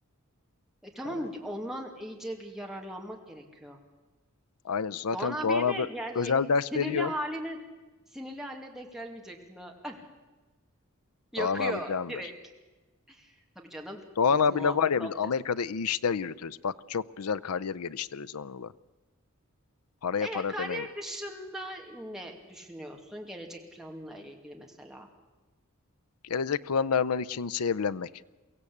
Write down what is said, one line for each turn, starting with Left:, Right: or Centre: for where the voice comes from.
Centre: E tamam
Left: Yani
Centre: ondan iyice bir yararlanmak gerekiyor.
Left: aynı zaten
Centre: Doğan abiye
Left: Doğan
Centre: de
Left: abi
Centre: yani
Left: özel ders
Centre: sinirli
Left: veriyor.
Centre: haline sinirli haline denk gelmeyeceksin ha. <laughs> Yakıyor
Left: Doğan abi candır.
Centre: direkt. Tabii canım
Left: Doğan
Centre: o bizim
Left: abiyle
Centre: abimiz
Left: var ya
Centre: ne
Left: biz
Centre: yapacağız?
Left: Amerika'da iyi işler yürütürüz. Bak çok güzel kariyer geliştiririz onunla. Paraya
Centre: E
Left: para
Centre: kariyer
Left: demeyiz.
Centre: dışında ne düşünüyorsun gelecek planla ilgili mesela?
Left: Gelecek planlarımdan ikincisi evlenmek.